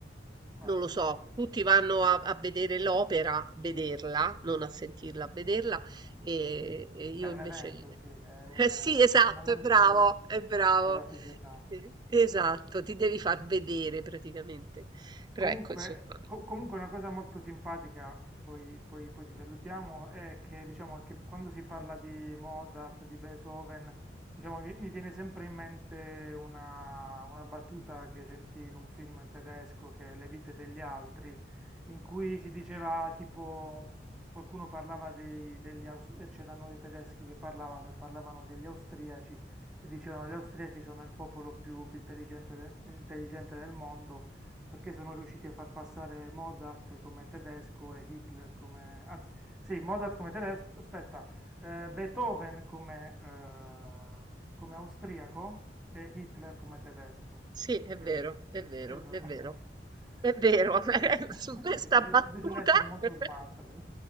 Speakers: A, in the centre; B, on the right.
A: bello.
B: Non lo so, tutti vanno a, a vedere l'opera, a vederla, non a sentirla, a vederla, e, e io
A: Beh, è
B: invece...
A: un evento, sì, è un,
B: Eh sì,
A: un
B: esatto,
A: momento
B: è bravo, è bravo.
A: della società.
B: Eh, Esatto, ti devi far vedere praticamente. Però
A: Comunque,
B: ecco, insomma,
A: co- comunque una cosa molto simpatica, poi, poi- poi ci salutiamo, è che, diciamo, che quando si parla di Mozart, di Beethoven, diciamo, vi- mi viene sempre in mente una, una battuta che sentì in un film tedesco che è Le vite degli altri, in cui si diceva tipo, qualcuno parlava dei, degli, aus- eh, c'erano dei tedeschi che parlavano e parlavano degli austriaci e dicevano gli austriaci sono il popolo più, più intelligente de- intelligente del mondo perché sono riusciti a far passare Mozart come tedesco e Hitler come... anzi, sì, Mozart come tedesco, aspetta, eh, Beethoven come, eh, come austriaco e Hitler come tedesco,
B: sì, è
A: ok?
B: vero, è vero,
A: Eh, sono-
B: è vero,
A: <laughs>
B: è vero,
A: eh,
B: <laughs>
A: <laughs>
B: su questa
A: Quindi eh,
B: battuta,
A: bisogna essere molto
B: <laughs>
A: smart, per-